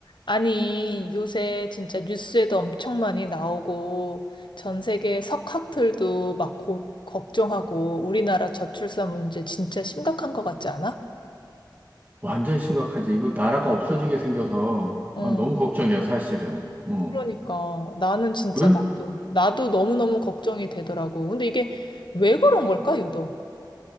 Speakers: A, on the left; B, on the right.
A: 아니, 요새 진짜 뉴스에도 엄청 많이 나오고, 전 세계 석학들도 막 고- 걱정하고, 우리나라 저출산 문제 진짜 심각한 것 같지 않아?
B: 완전히 심각하지. 이거 나라가 없어지게 생겨서
A: 응,
B: 아, 너무 걱정이야, 사실은. 어.
A: 그러니까. 나는 진짜
B: 왜?
A: 나도, 나도 너무너무 걱정이 되더라고. 근데 이게 왜 그런 걸까, 유독?